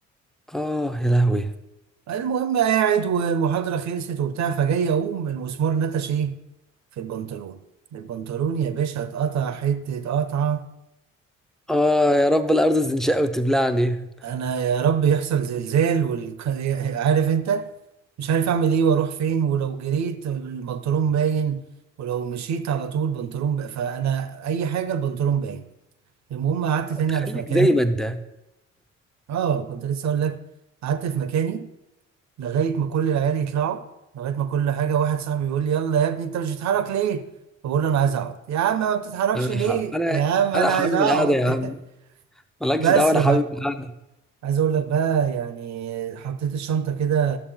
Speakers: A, in the centre; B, on the right (about 45°).
A: اه يا لهوي
B: المهم قاعد والمحاضرة خلصت وبتاع فجاي أقوم المسمار نتش إيه في البنطلون البنطلون يا باشا اتقطع حتة قطعة
A: اه يا رب الارض تنشق وتبلعني
B: أنا يا رب يحصل زلزال وال... <laughs> عارف أنت مش عارف أعمل إيه وأروح فين ولو جريت البنطلون باين ولو مشيت على طول بنطلون ب... فأنا أي حاجة البنطلون باين المهم قعدت تاني
A: خليك
B: على في مكاني
A: زي ما انت
B: اه كنت لسه اقول لك قعدت في مكاني لغايه ما كل العيال يطلعوا لغايه ما كل حاجه واحد صاحبي يقول لي يلا يا ابني انت مش بتتحرك ليه بقول له انا عايز اقعد يا عم ما بتتحركش
A: يعني
B: ليه
A: ح- انا
B: يا عم انا
A: انا حابب
B: عايز اقعد
A: القعده يا عم
B: <laughs>
A: مالكش
B: بس
A: دعوه انا
B: ف
A: حابب القعده
B: عايز اقول لك بقى يعني حطيت الشنطه كده